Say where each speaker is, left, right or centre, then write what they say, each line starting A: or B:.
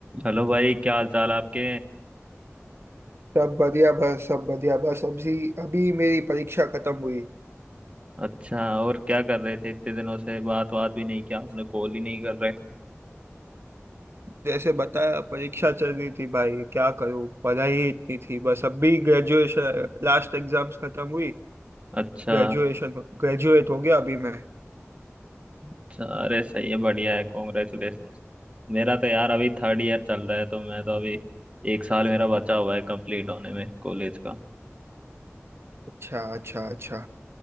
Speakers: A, on the right (about 25°); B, on the right (about 60°).
A: Hello भाई क्या हाल चाल आपके
B: सब बढ़िया बस सब बढ़िया बस अभी अभी मेरी परीक्षा खत्म हुई
A: अच्छा और क्या कर रहे थे इतने दिनों से बात बात भी नहीं किया आपने कॉल ही नहीं कर रहे
B: जैसे बताया परीक्षा चल रही थी भाई क्या करूँ पढ़ाई ही इतनी थी बस अभी ग्रेजुएशन लास्ट एग्जाम्स खत्म हुई
A: अच्छा
B: ग्रेजुएशन ग्रेजुएट हो गया अभी मैं
A: अच्छा अरे सही है बढ़िया है कॉन्ग्रेचुलेशन मेरा तो यार अभी थर्ड ईयर चल रहा है तो मैं तो अभी एक साल मेरा बचा हुआ है कंप्लीट होने में कॉलेज का
B: अच्छा अच्छा अच्छा